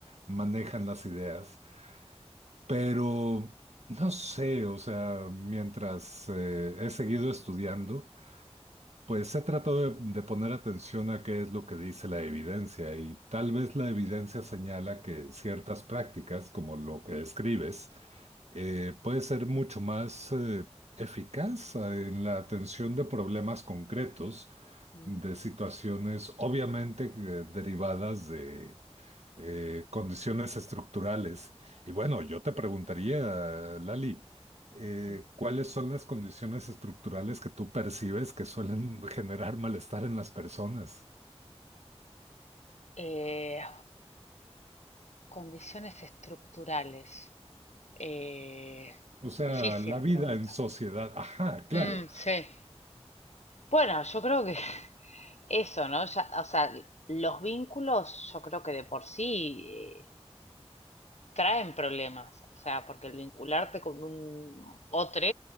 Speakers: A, on the right; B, on the left.
A: manejan las ideas. Pero no sé, o sea, mientras eh, he seguido estudiando, pues he tratado de, de poner atención a qué es lo que dice la evidencia y tal vez la evidencia señala que ciertas prácticas, como lo que describes, eh, puede ser mucho más eh, eficaz eh, en la atención de problemas concretos,
B: Mm,
A: de situaciones obviamente eh, derivadas de eh, condiciones estructurales. Y bueno, yo te preguntaría, Lali, eh,
B: mm.
A: ¿cuáles son las condiciones estructurales que tú percibes que suelen <laughs> generar malestar en las personas?
B: Eh, condiciones estructurales. Eh,
A: O sea,
B: difícil
A: la
B: la
A: vida
B: pregunta.
A: en sociedad. Ajá, claro.
B: Mm, sí. Bueno, yo creo que <laughs> eso, ¿no? Ya, o sea, los vínculos, yo creo que de por sí traen problemas, o sea, porque el vincularte con un otro,